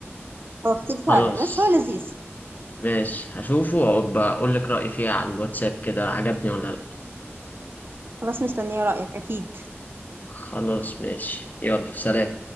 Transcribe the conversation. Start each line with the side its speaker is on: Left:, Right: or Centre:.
Right: هو كتير
Left: خلاص
Right: فعلا بس هو لذيذ
Left: ماشي هشوفه وأبقى أقول لك رأيي فيها على الواتساب كده عجبني ولا لأ
Right: خلاص مستنية رأيك اكيد
Left: خلاص ماشي يلا سلام